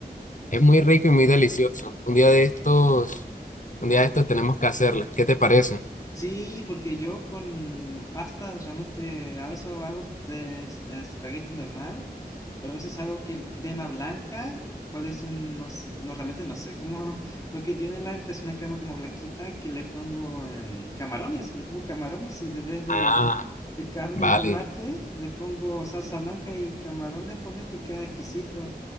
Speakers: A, on the left; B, on the left.
A: Es muy rico y muy delicioso. Un día de estos, un día de estos tenemos que hacerle. ¿Qué te parece?
B: Sí, porque yo con las pastas realmente a veces hago de, es- de espagueti normal, pero a veces hago que crema blanca, cuál es un, no, s- no, realmente no sé, cómo <laughs> lo que tiene la, es una crema como blanquita que le pongo em, camarones, le pongo camarones y de vez de,
A: Ah,
B: de carne
A: vale.
B: y tomate le pongo salsa blanca y camarones con este, queda exquisito,